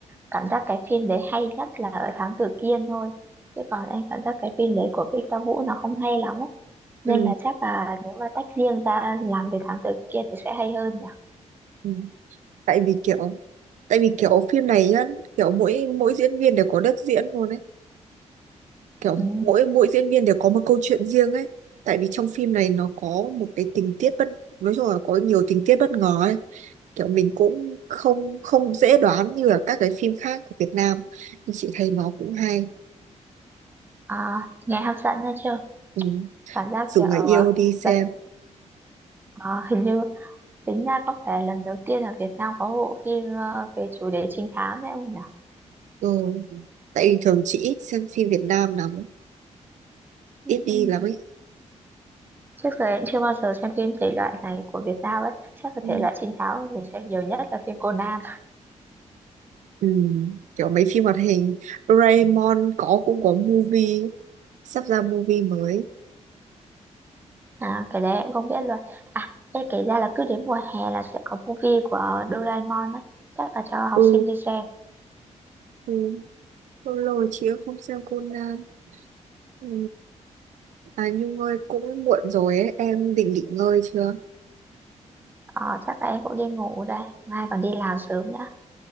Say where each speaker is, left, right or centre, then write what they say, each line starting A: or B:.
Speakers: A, on the right; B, on the right.
A: cảm giác cái phim đấy hay nhất là ở Thám Tử Kiên thôi chứ còn em cảm giác cái phim đấy của Victor Vũ nó không hay lắm ấy nên
B: Ừ.
A: là chắc là nếu mà tách riêng ra làm về Thám Tử Kiên thì sẽ hay hơn nhỉ
B: Ừ. tại vì kiểu tại vì kiểu phim này nhá kiểu mỗi mỗi diễn viên đều có đất diễn luôn ấy kiểu
A: ừ.
B: mỗi mỗi diễn viên đều có một câu chuyện riêng ấy tại vì trong phim này nó có một cái tình tiết bất nói chung là có nhiều tình tiết bất ngờ ấy kiểu mình cũng không không dễ đoán như là các cái phim khác của Việt Nam nhưng chị thấy nó cũng hay
A: à, nghe hấp dẫn nha chứ
B: ừ.
A: cảm giác
B: rủ
A: kiểu
B: người
A: ờ,
B: yêu đi xem
A: lần ờ, hình như tính ra có phải lần đầu tiên là Việt Nam có bộ phim ờ, về chủ đề trinh thám đấy không nhỉ?
B: ừ. tại vì thường chị ít xem phim Việt Nam lắm ấy,
A: Ừ,
B: ít đi
A: ừ.
B: lắm ấy
A: Trước giờ em chưa bao giờ xem phim thể loại này của Việt Nam ấy, chắc là
B: Ừ.
A: thể loại trinh thám mình xem nhiều nhất là phim Conan.
B: Ừ, kiểu mấy phim hoạt hình Doraemon có cũng có movie sắp ra movie mới
A: Ừ. À, cái đấy em không biết luôn. À, em kể ra là cứ đến mùa hè là sẽ có movie của Doraemon á, chắc là cho học
B: ừ,
A: sinh đi xem.
B: ừ. lâu rồi chị cũng không xem Conan ừ. à Nhung ơi cũng muộn rồi ấy em định nghỉ ngơi chưa
A: Ờ, chắc là em cũng đi ngủ đây, mai còn đi làm sớm nữa.